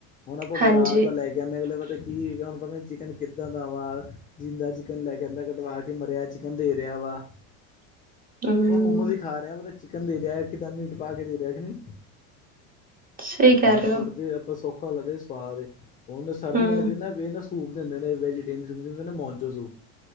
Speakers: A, on the left; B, on the right.
A: ਹੁਣ ਆਪਾਂ ਬਾਜ਼ਾਰ
B: ਹਾਂਜੀ
A: ਦਾ ਲੈ ਕੇ ਆਣੇ ਆ, ਅਗਲੇ ਪਤਾ ਕੀ ਏ, ਹੁਣ ਪਤਾ ਚਿਕਨ ਕਿੱਦਾਂ ਦਾ ਵਾਂ? ਜਿੰਦਾ ਜੀ ਕਨ ਲੈ ਕੇ ਆਂਦਾ ਕਟਵਾ ਕੇ, ਮਰਿਆ ਚਿਕਨ ਦੇ ਰੇਆ ਵਾ,
B: ਹਮ
A: ਉਹ ਮੋਮੋਜ ਈ ਖਾ ਦੇ ਰੇਆ, ਔਹ ਤਾਂ ਚਿਕਨ ਦੇ ਰੇਆ, ਕਿਦਾ ਮੀਟ ਪਾ ਕੇ ਦੇ ਰੇਆ ਕਿ ਨੀ?
B: ਸਹੀ
A: ਫਾਸਟਫ਼ੂਡ
B: ਕਹਿ ਰਹੇ ਹੋ
A: ਤੇ ਆਪਾਂ ਸੌਖਾ ਲੱਗਦਾ ਸਵਾਦ ਏ, ਹੁਣ ਸਰਦੀਆਂ
B: ਹਮ
A: ਚ ਨਾ ਬੀਸਨਸ ਤੁੜ ਦੇਂਦੇ ਨੇ, ਵੇਜੀਟੇ <unintelligible> ਮੋਨਚੋ ਸੂਪ,